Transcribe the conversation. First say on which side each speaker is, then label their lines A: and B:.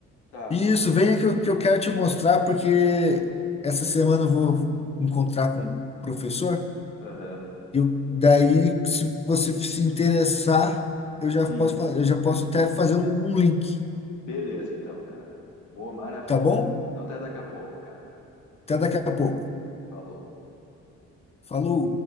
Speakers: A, on the left; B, on the left.
A: Tá,
B: Isso, venha que eu, que eu quero te mostrar, porque essa semana eu vou encontrar com o professor.
A: aham,
B: Eu, daí, se você se interessar, eu
A: Sim,
B: já posso, fa- eu já posso até fazer um, um link,
A: beleza então, cara. Boa, maravilha
B: tá bom?
A: então. Então até daqui a pouco, cara.
B: Até daqui a pouco.
A: Falou.
B: Falou.